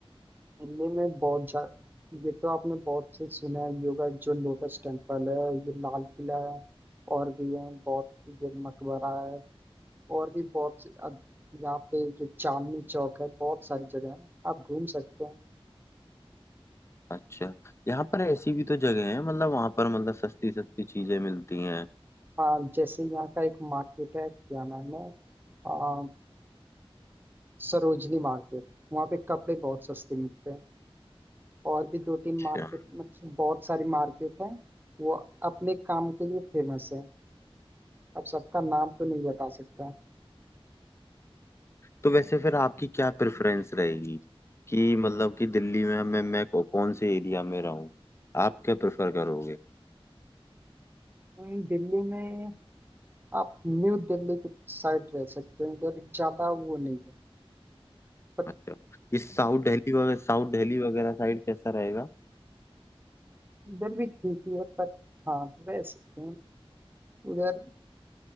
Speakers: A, on the right (about 20°); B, on the left (about 25°).
A: दिल्ली में बहुत जा ये तो आपने बहुत से सुना है योगा जो लोटस टेम्पल है ये लाल किला है और भी है बहुत ये मकबरा है और भी बहुत से अब यहाँ पे ये चांदनी चौक है बहुत सारी जगह है आप घूम सकते हैं
B: अच्छा यहाँ पर ऐसी भी तो जगह है मतलब वहां पर मतलब सस्ती सस्ती चीजें मिलती हैं
A: हाँ जैसे यहाँ का एक मार्केट है क्या नाम है आ, सरोजनी मार्केट वहाँ पे कपड़े बहुत सस्ते मिलते हैं और भी दो तीन
B: अच्छा
A: मार्केट मतलब बहुत सारी मार्केट है वो अपने काम के लिए फेमस है अब सबका नाम तो नहीं बता सकता
B: तो वैसे फिर आपकी क्या प्रेफरेंस रहेगी कि मतलब कि दिल्ली में मैं मैं कौ- कौन से एरिया में रहूँ आप क्या प्रेफर करोगे
A: वहीं दिल्ली में आप न्यू दिल्ली की साइड रह सकते हैं उधर ज्यादा वो नहीं है पर
B: अच्छा इस साउथ दिल्ली वगैरह साउथ दिल्ली वगैरह साइड कैसा रहेगा
A: इधर भी ठीक ही है पर हाँ रह सकते हैं उधर